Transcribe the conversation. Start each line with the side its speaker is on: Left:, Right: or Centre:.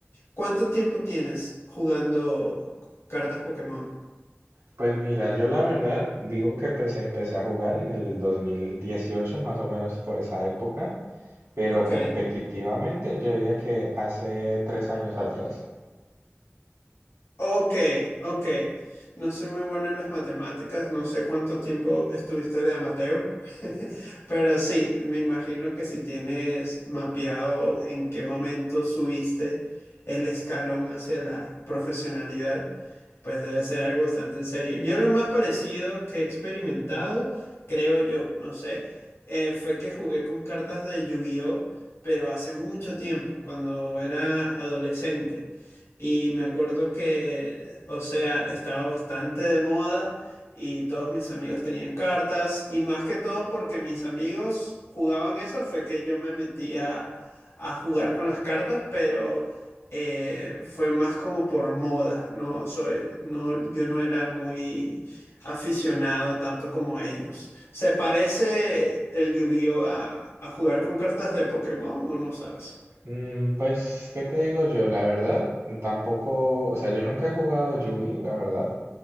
Left: ¿Cuánto tiempo tienes jugando cartas Pokémon?
Right: Pues mira, yo la verdad digo que pues empecé a jugar en el 2018, más o menos por esa época, pero
Left: Ok.
Right: competitivamente yo diría que hace tres años atrás.
Left: Ok, ok. No soy muy bueno en las matemáticas, no sé cuánto tiempo estuviste de amateur, <laughs> pero sí, me imagino que si tienes mapeado en qué momento subiste el escalón hacia la profesionalidad, pues debe ser algo bastante en serio. Yo lo más parecido que he experimentado, creo yo, no sé, eh, fue que jugué con cartas de Yu-Gi-Oh, pero hace mucho tiempo, cuando era adolescente. Y me acuerdo que, o sea, estaba bastante de moda y todos mis amigos tenían cartas. Y más que todo porque mis amigos jugaban eso, fue que yo me metía a a jugar con las cartas, pero eh, fue más como por moda, no soy, no, yo no era muy aficionado tanto como ellos. ¿Se parece el Yu-Gi-Oh a, a jugar con cartas de Pokémon o no sabes?
Right: Mm, pues, ¿qué te digo yo? La verdad, tampoco, o sea, yo nunca he jugado Yugi, la verdad,